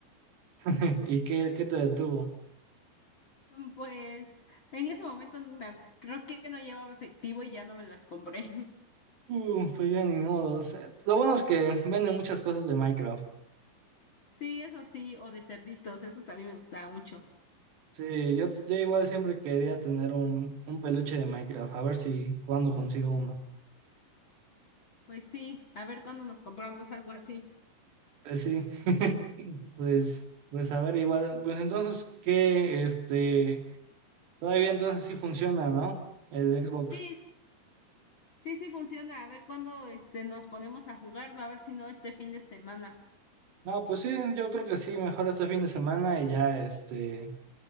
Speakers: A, on the right (about 65°); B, on the left (about 35°).
A: <laughs> ¿Y qué, qué te detuvo?
B: Mm, Pues en ese momento me ac- creo que no llevaba efectivo y ya no me las compré. <laughs>
A: Uh, pues ya ni modos. Lo bueno es que venden muchas cosas de Minecraft.
B: Sí, eso sí, o de cerditos, esos también me gustaba mucho.
A: Sí, yo, yo igual siempre quería tener un, un peluche de Minecraft, a ver si cuando consigo uno.
B: Pues sí, a ver cuándo nos compramos algo así.
A: Pues sí, <laughs> pues, pues a ver igual, pues entonces que este, todavía entonces sí funciona, ¿no? El Xbox.
B: Sí, Sí, sí funciona. A ver cuándo este nos ponemos a jugarlo, a ver si no este fin de semana.
A: No, pues sí, yo creo que sí, mejor este fin de semana y ya este,